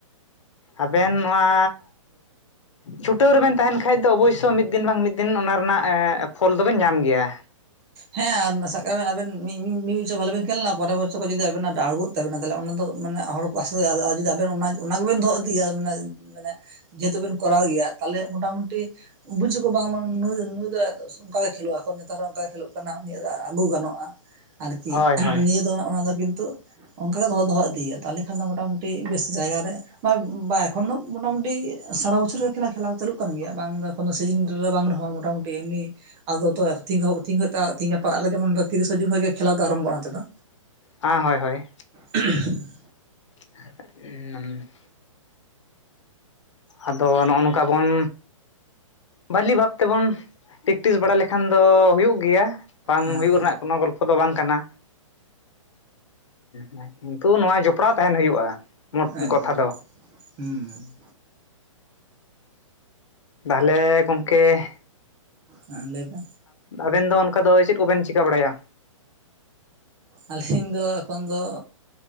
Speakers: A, on the left; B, on the right.
A: ᱟᱵᱮᱱ ᱱᱚᱣᱟᱼᱼ ᱪᱷᱩᱴᱟᱹᱣ ᱨᱮᱵᱮᱱ ᱛᱟᱦᱮᱱ ᱠᱷᱟᱡ ᱫᱚ ᱚᱵᱚᱥᱥᱳᱭ ᱢᱤᱫ ᱫᱤᱱ ᱵᱟᱝ ᱢᱤᱫ ᱫᱤᱱ ᱚᱱᱟ ᱨᱮᱱᱟᱜ ᱯᱷᱚᱞ ᱫᱚᱵᱮᱱ ᱧᱟᱢ ᱜᱮᱭᱟ᱾
B: ᱦᱮᱸ ᱟᱨ ᱥᱟᱵ ᱠᱟᱜ ᱵᱮᱱ ᱟᱵᱮᱱ ᱢᱤᱫ ᱵᱚᱪᱷᱚᱨ ᱵᱷᱟᱜᱮ ᱵᱮᱱ ᱠᱷᱮᱞᱱᱟ ᱯᱚᱨᱮᱨ ᱵᱚᱪᱷᱚᱨ ᱠᱷᱚᱱ ᱡᱩᱫᱤ ᱱᱟᱜ ᱰᱟᱬᱜᱳ <unintelligible> ᱛᱟᱵᱮᱱᱟ ᱛᱟᱦᱞᱮ ᱚᱱᱟ ᱫᱚ ᱢᱟᱱᱮ ᱦᱚᱲ ᱠᱚ ᱟᱥ ᱟᱥᱛᱮ ᱡᱩᱫᱤ ᱟᱵᱮᱱ ᱚᱱᱟ ᱚᱱᱟ ᱜᱮᱵᱮᱱ ᱫᱚᱜ ᱤᱫᱤᱭᱟ ᱢᱟᱱᱮ ᱢᱟᱱᱮᱼᱼ ᱡᱮᱦᱮᱛᱩ ᱵᱤᱱ ᱠᱚᱨᱟᱣ ᱜᱮᱭᱟ ᱛᱟᱦᱚᱞᱮ ᱢᱚᱴᱟᱢᱩᱴᱤᱼᱼ ᱵᱩᱡ ᱟᱠᱚ ᱵᱟᱝᱢᱟ ᱱᱩᱭ ᱫᱚ ᱱᱩᱭ ᱫᱚ ᱚᱱᱠᱟ ᱜᱮ ᱠᱷᱮᱞᱳᱜ ᱮᱠᱷᱚᱱ ᱱᱮᱛᱟᱨ ᱦᱚᱸ ᱚᱠᱟ ᱜᱮᱭ ᱠᱷᱮᱞᱳᱜᱼᱼ ᱱᱤᱭᱟᱹ ᱫᱚ ᱟᱹᱜᱩ ᱜᱟᱱᱚᱜᱼᱟ ᱟᱨᱠᱤ
A: ᱦᱳᱭ ᱦᱳᱭ
B: ᱱᱤᱭᱟᱹ ᱫᱚ ᱚᱱᱟ ᱫᱚ ᱠᱤᱱᱛᱩᱼᱼ ᱚᱱᱠᱟ ᱜᱮ ᱫᱚᱦᱚ ᱫᱚᱦᱚ ᱤᱫᱤ ᱦᱳᱭᱳᱜ-ᱟ ᱛᱟᱦᱟᱞᱮ ᱠᱷᱟᱱ ᱫᱚ ᱢᱚᱴᱟᱢᱩᱴᱤ ᱵᱮᱥ ᱡᱟᱭᱜᱟ ᱨᱮᱼᱼ ᱵᱟ ᱮᱠᱷᱚᱱ ᱫᱚ ᱢᱚᱴᱟᱢᱩᱴᱤ ᱥᱟᱨᱟ ᱵᱚᱪᱷᱚᱨ ᱜᱮ ᱠᱷᱮᱞᱟ ᱠᱷᱮᱞᱟᱣ ᱪᱟᱹᱞᱩᱜ ᱠᱟᱱ ᱜᱮᱭᱟ ᱵᱟᱝ ᱫᱚᱼᱼ ᱠᱚᱱᱚ ᱥᱤᱡᱤᱱ ᱨᱮ ᱵᱟᱝ ᱨᱮᱦᱚᱸ ᱢᱚᱴᱟᱢᱩᱴᱤ ᱮᱢᱱᱤ ᱟᱫᱚ <inaudible> ᱛᱮᱦᱤᱧ ᱜᱟᱯᱟ ᱟᱞᱮ ᱡᱮᱢᱚᱱ ᱛᱤᱨᱤᱥᱟ ᱡᱩᱱ ᱠᱷᱚᱱᱜᱮ ᱠᱷᱮᱞᱟ ᱫᱚ ᱟᱨᱟᱢᱵᱚᱜᱼᱟ ᱱᱛᱮ ᱫᱚ᱾
A: ᱦᱟ ᱦᱳᱭ ᱦᱳᱭ
B: ᱦ <unintelligible>
A: <unintelligible> ᱟᱫᱚ ᱱᱚᱜᱼᱚ ᱱᱚᱝᱠᱟ ᱵᱚᱱᱼᱼ ᱵᱷᱟᱞᱤ ᱵᱷᱟᱵ ᱛᱮᱵᱚᱱ ᱯᱮᱠᱴᱤᱥ ᱵᱟᱲᱟ ᱞᱮᱠᱷᱟᱱ ᱫᱚ ᱦᱩᱭᱩᱜ ᱜᱮᱭᱟ᱾ ᱵᱟᱝ
B: ᱦᱮᱸ
A: ᱦᱩᱭᱩᱜ ᱨᱮᱱᱟᱜ ᱠᱳᱱᱳ ᱜᱚᱞᱯᱷᱚ ᱫᱚ ᱵᱟᱝ ᱠᱟᱱᱟ᱾ ᱦ ᱠᱤᱱᱛᱩ ᱱᱚᱣᱟ ᱡᱚᱯᱲᱟᱣ ᱛᱟᱦᱮᱱ ᱦᱩᱭᱩᱜᱼᱟ ᱢᱳᱴ
B: ᱦᱮᱸ ᱮᱠᱫᱚᱢ
A: ᱠᱟᱛᱷᱟ ᱫᱚ
B: ᱦᱩᱸ
A: ᱛᱟᱦᱞᱮ ᱜᱚᱝᱠᱮ
B: ᱦᱮᱸ ᱞᱟᱹᱭᱵᱮ᱾
A: ᱟᱵᱮᱱ ᱫᱚ ᱚᱱᱠᱟ ᱫᱚ ᱪᱮᱫ ᱠᱚᱵᱮᱱ ᱪᱤᱠᱟᱹ ᱵᱟᱲᱟᱭᱟ᱾
B: ᱟᱹᱞᱤᱧ ᱫᱚ ᱮᱠᱷᱚᱱ ᱫᱚ